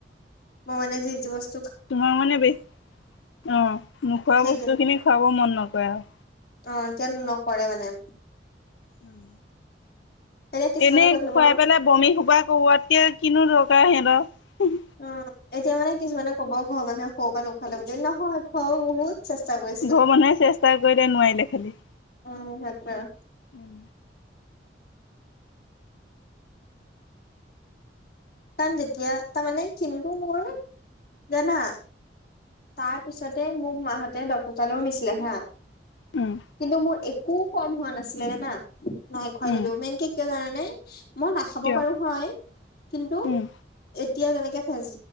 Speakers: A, on the left; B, on the left.
A: মোৰ মানে যোৰজবস্তি
B: তোমাৰ মানে বেি অ নোখোৱা
A: সেই
B: বস্তু খিনি খুৱাব মন নকৰে। আৰু
A: অ এয়া নকৰে মানে।
B: উম
A: এতিয়া কিছুমানে
B: এনেই
A: কৈ থাকিব
B: খুৱাই পেলাই বমি সোপা কৰোৱাতকে কিনো দৰকাৰ সিহঁতৰ-
A: অ এতিয়া মানে কিছুমানে কব ঘৰ মানুহে খৰ পৰা নোখুৱাল যদি নহয়। খোৱাও বহুত চেষ্টা কৰি।
B: ঘৰৰ মানুহে চেষ্টা কৰিলে নোৱাৰিলে খালি।
A: উম সেইটোৱে আৰু
B: উম
A: তাত যেতিয়া তাৰমানে কিন্তু মোৰ জানা তাৰ পিছতে মোক মাহঁতে ডক্তৰ তালৈও নিছিলে হা।
B: উম
A: কিন্তু মোৰ একো- কম হোৱা নাছিলে জানা নাই খোৱা
B: উম
A: যদিও, মেইনকে কিয় জানানে! নাই মই নাখাব
B: কিয়
A: পাৰো হয়- কিন্তু,
B: উম
A: এতিয়া যেনেকে ফেচ